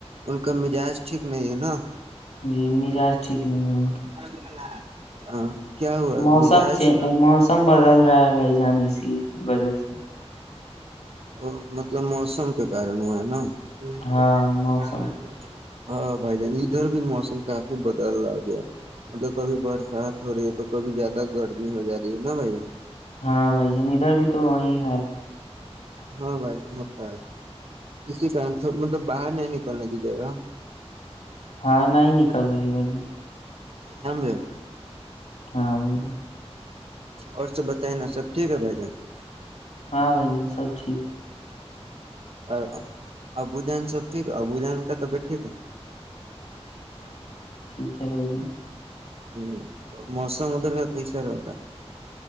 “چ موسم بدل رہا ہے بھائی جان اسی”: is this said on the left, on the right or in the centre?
Left